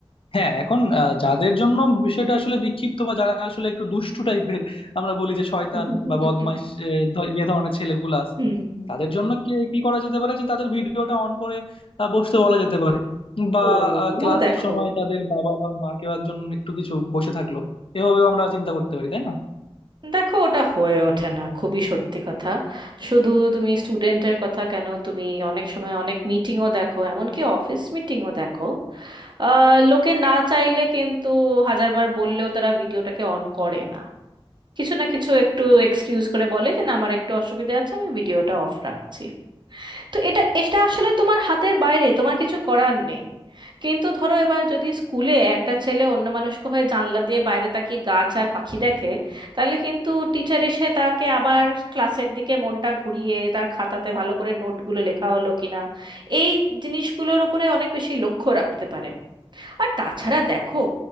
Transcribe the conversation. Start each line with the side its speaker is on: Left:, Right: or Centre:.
Left: হ্যাঁ এখন আহ, যাদের জন্য বিষয়টা আসলে বিক্ষিপ্ত বা যারা আসলে একটু দুষ্টু টাইপের আমরা বলি যে শয়তান
Right: <laughs>
Left: বা বদমাইশ আহ, ধ- যে ধরনের ছেলেগুলো আছে
Right: হুম
Left: তাদের জন্য কি কি করা যেতে পারে যে তাদের ভিডিওটা অন করে আহ, বসতে বলা যেতে পারে বা
Right: ও
Left: ক্লাসের
Right: দেখো
Left: সময় তাদের বাবা বা মা কেউ একজন একটু কিছু বসে থাকলো এভাবেও আমরা চিন্তা করতে পারি তাই না
Right: দেখো ওটা হয়ে ওঠে না খুবই সত্যি কথা শুধু তুমি স্টুডেন্টের কথা কেন তুমি অনেক সময় অনেক মিটিংও দেখো এমনকি অফিস মিটিংও দেখো আহ, লোকে না চাইলে কিন্তু হাজারবার বললেও তারা ভিডিওটাকে অন করে না কিছু না কিছু একটু এক্সকিউজ করে বলে যে না আমার একটু অসুবিধা আছে আমি ভিডিওটা অফ রাখছি তো এটা এটা আসলে তোমার হাতের বাইরে তোমার কিছু করার নেই কিন্তু ধরো এবার যদি স্কুলে একটা ছেলে অন্য মানুষকে হয়ে জানলা দিয়ে বাইরে তাকিয়ে গাছ আর পাখি দেখে তাহলে কিন্তু টিচার এসে তাকে আবার ক্লাসের দিকে মনটা ঘুরিয়ে তার খাতাতে ভালো করে নোটগুলো লেখা হলো কিনা এই জিনিসগুলোর ওপরে অনেক বেশি লক্ষ্য রাখতে পারে আর তাছাড়া দেখো